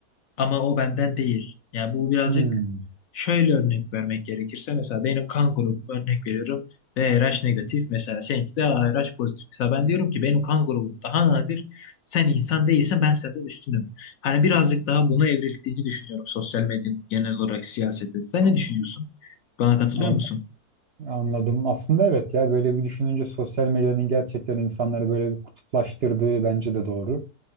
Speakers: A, on the left; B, on the right.
A: ama o benden değil. Yani bu birazcık
B: Hmm,
A: şöyle örnek vermek gerekirse mesela benim kan grubum örnek veriyorum BRH negatif mesela seninki de ARH pozitif. Mesela ben diyorum ki benim kan grubum daha nadir. Sen insan değilsen ben senden üstünüm. Hani birazcık daha buna evrildiğini düşünüyorum sosyal medyanın genel olarak siyasete. Sen ne düşünüyorsun? Bana katılıyor
B: an-
A: musun?
B: anladım. Aslında evet ya böyle bir düşününce sosyal medyanın gerçekten insanları böyle bir kutuplaştırdığı bence de doğru.